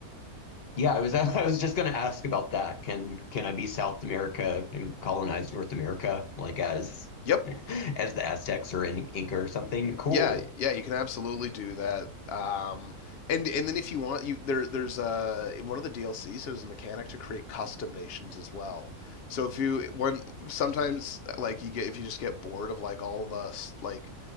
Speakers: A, on the left (about 45°); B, on the left (about 70°).
A: Yeah, I was <laughs> I was just going to ask about that. Can can I be South America and colonize North America like as
B: Yep.
A: <laughs> as the Aztecs or in Inca or something? Cool.
B: Yeah, yeah, you can absolutely do that. Um, and and then if you want, you there there's a in one of the DLCs there's a mechanic to create custom nations as well. So if you one sometimes like you get if you just get bored of like all the s- like